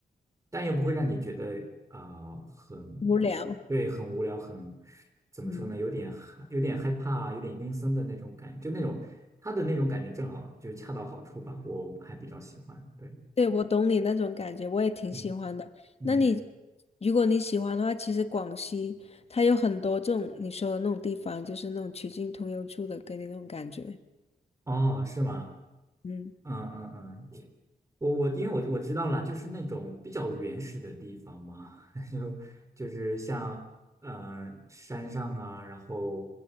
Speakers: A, on the right (about 20°); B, on the left (about 40°).
A: 但又不会让你觉得啊、呃很就是对很无聊，
B: 无聊。
A: 很怎么说呢，
B: 嗯。
A: 有点害有点害怕，有点阴森的那种感，就那种他的那种感觉正好就恰到好处吧，我还比较喜欢。对，
B: 对，我懂你那种感觉，我也挺喜欢的。
A: 嗯嗯，
B: 那你，如果你喜欢的话，其实广西它有很多这种你说的那种地方，就是那种曲径通幽处的，给你那种感觉。
A: 哦，是吗？
B: 嗯，
A: 嗯嗯嗯，我我因为我我知道了，就是那种比较原始的地方嘛，<laughs> 就就是像呃山上啊，然后